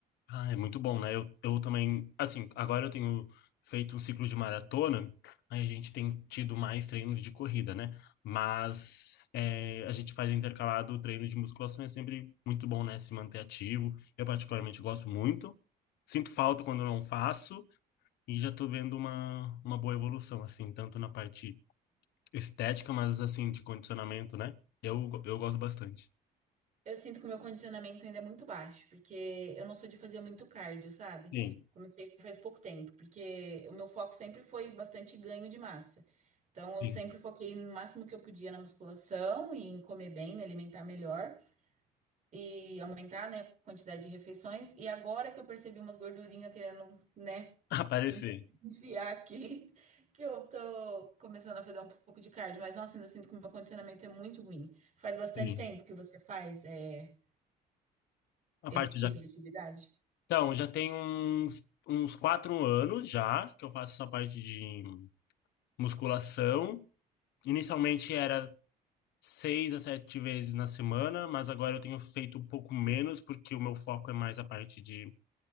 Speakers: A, on the left (about 80°); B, on the right (about 45°).
A: Ah, é muito bom, né? Eu, eu também, assim, agora eu tenho feito um ciclo de maratona, aí a gente tem tido mais treinos de corrida, né? Mas é, a gente faz intercalado o treino de musculação, é sempre muito bom, né? Se manter ativo. Eu particularmente gosto muito. Sinto falta quando eu não faço e já tô vendo uma, uma boa evolução, assim, tanto na parte estética, mas assim, de condicionamento, né? Eu, eu gosto bastante.
B: Eu sinto que o meu condicionamento ainda é muito baixo, porque eu não sou de fazer muito cardio, sabe?
A: Sim,
B: Comecei faz pouco tempo, porque o meu foco sempre foi bastante ganho de massa. Então eu
A: sim.
B: sempre foquei no máximo que eu podia na musculação e em comer bem, me alimentar melhor. e aumentar, né, a quantidade de refeições. E agora que eu percebi umas gordurinhas querendo, né,
A: <laughs> Aparecer.
B: <laughs> enfiar aqui, que eu tô começando a fazer um pouco de cardio, mas nossa, ainda sinto que o meu condicionamento é muito ruim. Faz bastante
A: Sim.
B: tempo que você faz é,
A: A
B: esse
A: parte
B: tipo
A: de
B: de atividade?
A: Então, já tem uns, uns quatro anos já que eu faço essa parte de musculação. Inicialmente era seis a sete vezes na semana, mas agora eu tenho feito um pouco menos porque o meu foco é mais a parte de